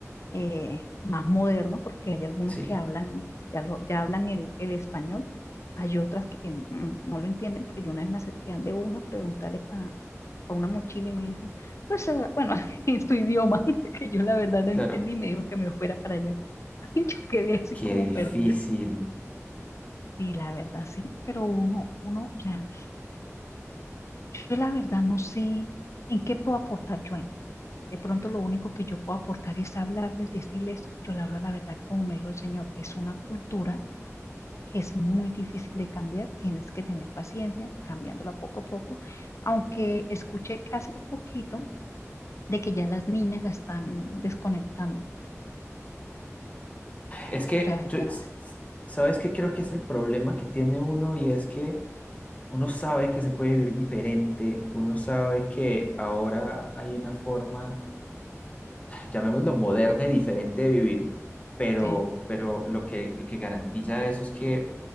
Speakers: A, on the left; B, on the left.
A: eh, más modernos, porque hay algunos
B: sí,
A: que hablan, ya, lo, ya hablan el, el español, hay otras que mm, no lo entienden, porque yo una vez me acerqué de una a preguntarle para una mochila y me dijo, pues eh, bueno, <laughs> en tu idioma, <laughs> que yo la verdad no
B: claro.
A: entendí, y me dijo que me fuera para allá. <laughs> Y yo quedé así
B: Qué
A: como
B: difícil.
A: perdida. Sí, la verdad, sí, pero uno, uno, o sea, yo la verdad no sé en qué puedo aportar yo ahí. De pronto lo único que yo puedo aportar es hablarles, decirles esto, pero la verdad, la verdad, como me dijo el Señor, es una cultura que es muy difícil de cambiar, tienes que tener paciencia, cambiándola poco a poco, aunque escuché hace poquito de que ya las niñas la están desconectando,
B: Es que
A: o sea,
B: yo,
A: ya,
B: ¿sabes qué creo que es el problema que tiene uno? Y es que uno sabe que se puede vivir diferente, uno sabe que ahora hay una forma llamémoslo moderna y diferente de vivir, pero,
A: sí,
B: pero lo que, lo que garantiza eso es que